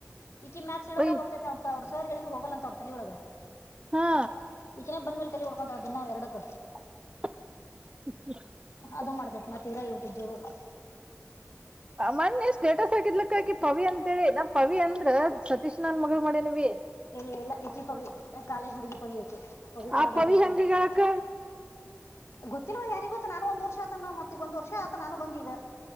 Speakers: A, on the left; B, on the right.
A: ಈಿಕಿ ಮ್ಯಾತ್ಸ್ ಹೇಳಿದ್ರೆೋಗ್ತಂತ
B: ಒಯ್
A: ಅವ್ರು ಸರ್ ಹೇಳ್ರೆ ಹೋಗಲ್ಲಂತ ಅವರ ತಲ ಒಳಗ
B: ಹಾ
A: ಈಕಿನ ಬಂದ ಮೇಲೆ ತಲೆ ಹೊಡ್ಕೊರ್ದೀವಿ ನಾವು ಎರಡಕ್ಕ
B: <inaudible>
A: ಅದು ಮಾಡ್ತೇತಿ ನ ತೀವರ ಇಳ್ತ ಜೀವಕ್ಕೆ
B: ಮಣೆ ಸ್ಟೇಟಸ್ ಆಗ್ಲಕ್ಕಕಿ ಪವಿ ಅಂತೇಳಿ ನಾ ಪವಿ ಅಂದ್ರ ಸತೀಶ್ ನನ್ ಮಗಗಳು ಮಾಡೇನವಿ
A: ಇಲ್ಲ ಇಲ್ಲ ಈಕ್ಕಿ ಪವಿ ಕಾಲೇಜ್ ಹುಡುಗಿ <unintelligible> ಪವಿತ್ರ
B: ಆ
A: ಬಕ
B: ಪವಿ
A: ಹತ್ರ
B: ಹೆಂಗಗ್ಯಾಳಕ್ಕ
A: ಗೊತ್ತಿಲ್ವಾ ಯಾರಿ ಗೊತ್ತ ನಾನು ಒಂದ ವರ್ಷ ಆತ ಮತ್ತೆ ಒಂದಂದು ವರ್ಷ ಆತ ನಾನು ಬಂದ ಈಗ